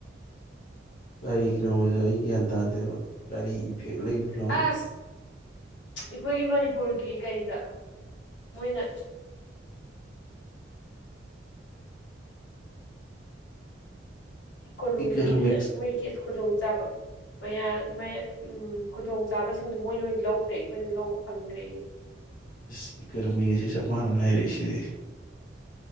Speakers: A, on the left; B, on the left.
A: ꯀꯔꯤꯒꯤꯅꯣ ꯍꯥꯏꯗ ꯑꯩ ꯒ꯭ꯌꯥꯟ ꯇꯥꯗꯦꯕ ꯀꯔꯤ ꯏꯐꯦꯛ ꯂꯩꯕꯅꯣ
B: ꯑꯁ ꯑꯩꯈꯣꯏꯒꯤ ꯃꯅꯤꯄꯨꯔꯒꯤ ꯀꯩꯗ ꯃꯣꯏꯅ ꯏꯀꯣꯅꯣꯃꯤꯗ
A: ꯏꯀꯅꯣꯃꯤꯛꯁ
B: ꯃꯣꯏꯅ ꯃꯣꯏꯒꯤ ꯈꯨꯗꯣꯡꯆꯥꯥꯕ ꯌꯥ ꯎꯝ ꯈꯨꯗꯣꯡꯆꯥꯥꯕꯁꯤꯡꯗꯨꯣ ꯃꯣꯏꯅ ꯑꯣꯏꯅ ꯂꯧꯈ꯭ꯔꯦ ꯑꯩꯈꯣꯏꯅ ꯂꯧꯕ ꯐꯪꯗ꯭ꯔꯦ
A: ꯏꯁ ꯏꯀꯔꯃꯤ ꯑꯁꯤ ꯆꯞ ꯃꯥꯟꯅꯅ ꯍꯥꯏꯔꯛꯏꯁꯤꯗꯤ